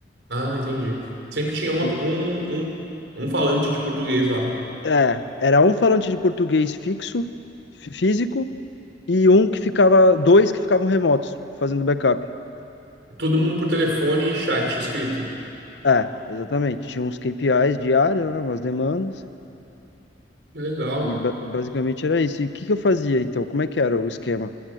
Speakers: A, on the right (about 90°); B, on the left (about 80°).
A: Ah, entendi. Sempre tinha uma-
B: E-
A: um, um, um falante de português lá.
B: É, era um falante de português fixo, fí- físico, e um que ficava, dois que ficavam remotos, fazendo backup.
A: Todo mundo por telefone e chat escrito.
B: É, exatamente. Tinha uns KPIs diários, né, umas demandas,
A: Que Legal.
B: e ba- basicamente era isso. E o que que eu fazia então? Como é que era o esquema?